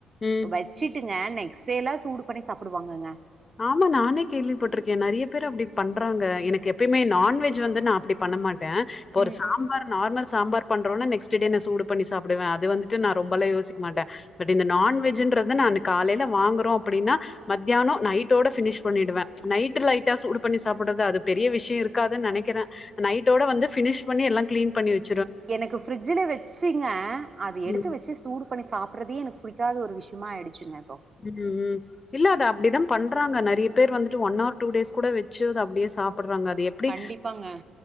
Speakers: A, on the left; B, on the right.
A: ம்
B: வச்சிட்டுங்க நெக்ஸ்ட்டேல்லா சூடு பண்ணி சாப்புடுவாங்கங்க
A: ஆமா நானே கேள்விப்பட்டுருக்கே நறைய பேரு அப்டி பண்றாங்க எனக்கு எப்பயுமே நான்வெஜ் வந்து நா அப்டி பண்ண மாட்டே ட்ட இப்போ ஒரு
B: ம்
A: சாம்பார்
B: ம்
A: நார்மல் சாம்பார் பண்றோனா நெஸ்ட்டே சூடு பண்ணி சாப்புடுவே அது வந்து நா ரொம்பலா யோசிக்க மாட்ட பட் இந்த
B: ம்
A: நான்வெஜ்ன்றத
B: ம்
A: நா காலையில வாங்குறோ அப்டின்னா மத்தியானோ நைட் டோட பினிஷ் பண்ணிடுவே நைட்டு லைட்டா சூடு பண்ணி சாப்புட்றது பெரிய விஷ்யோ இருக்காதுன் நெனைக்கிறே நைட்டோட வந்து ஃபினி்ஸ் பண்ணி எல்லா கிளீன் பண்ணி வெச்
B: எனக்கு ஃப்ரிட்ஜ்ல வெச்சுங்க அது எடுத்து
A: ம்.
B: வெச்சு தூடு பண்ணி சாப்பட்றதே எனக்கு புடிக்காத ஒரு விஷ்யமாயிடுச்சுங்க இப்போ
A: ம் ம் இல்ல அத அப்படிதா பண்றாங்க நறைய பேர் வந்துட்டு ஒன் ஆர் டூ டேஸ் கூட வெச்சர்த அப்டியே சாப்புட்றாங்க அதயே அப்பிடி
B: கண்டிப்பாங்க